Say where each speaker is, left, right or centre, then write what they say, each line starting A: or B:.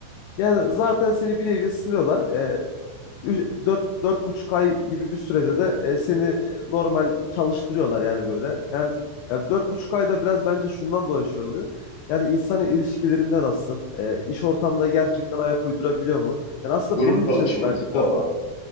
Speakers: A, on the left; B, on the left.
A: Yani zaten seni bir nevi sınıyorlar. E, Ü- Dört, dört buçuk ay gibi bir sürede de e, seni e, normal çalıştırıyorlar yani böyle. Hem ya dört buçuk ayda biraz bence şundan dolayı şey oluyor. Yani insanın ilişkilerinde nasıl, e, iş ortamına gerçekten ayak uydurabiliyor mu? Yani aslında
B: Grup
A: bunun
B: çalışması
A: için bence
B: falan.